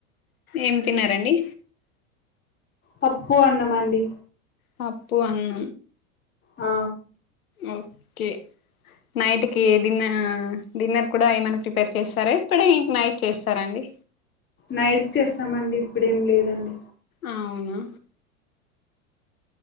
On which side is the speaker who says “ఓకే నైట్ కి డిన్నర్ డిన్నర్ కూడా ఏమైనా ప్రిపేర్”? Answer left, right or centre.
Left